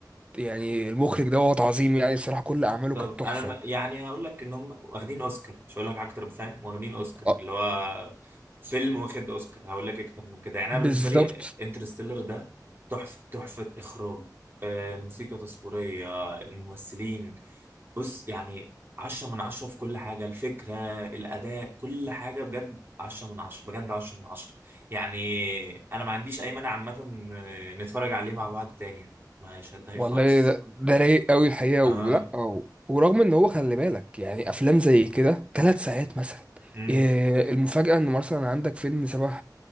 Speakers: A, on the right; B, on the right.
A: يعني المخرج دوت عظيم يعني الصراحة كل اعماله
B: طب
A: كانت
B: انا
A: تحفة
B: م- يعني هقول لك ان هم واخدين اوسكار مش هقول لك حاجه اكتر فاهم واخدين اوسكار
A: آه،
B: اللي هو فيلم واخد اوسكار هقول لك اكتر من كده يعني
A: بالظبط
B: انا بالنسبه لي انترستيلر ده تحفه تحفه اخراج آه، موسيقى تصويريه ممثلين بص يعني عشرة من عشرة في كل حاجة الفكرة الأداء كل حاجة بجد عشرة من عشرة بجد عشرة من عشرة يعني أنا ما عنديش أي مانع عامة آه، نتفرج عليه مع بعض تاني يعني مش هتضايق
A: والله
B: خالص
A: ده, ده رايق قوي الحقيقه
B: اه
A: ولا أو ورغم ان هو خلي بالك يعني افلام زي كده ثلاث ساعات مثلا
B: مم،
A: إيه المفاجاه ان مثلا عندك فيلم شبه